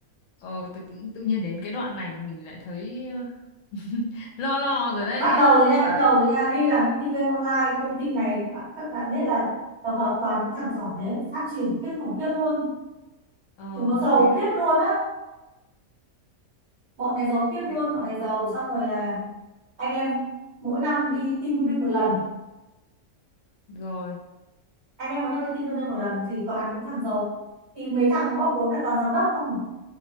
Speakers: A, on the left; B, on the right.
A: ờ tự, tự tự nhiên đến cái đoạn này mình lại thấy ờ, <laughs> lo lo rồi đấy
B: bắt đầu rồi nha bắt đầu rồi nha đi làm công ty game online công ty này các bạn biết là tập hợp toàn những thằng giỏi đấy phát triển kinh khủng khiếp luôn
A: ờ
B: chúng nó giàu
A: thế
B: khiếp luôn á bọn này giàu khiếp luôn
A: thế
B: bọn
A: là-
B: này giàu xong rồi là anh em mỗi năm đi team building một lần
A: rồi
B: anh em muốn đăng lên tin tương đương một lần thì toàn những thằng giàu thì mấy thằng có góp vốn là toàn giám đốc không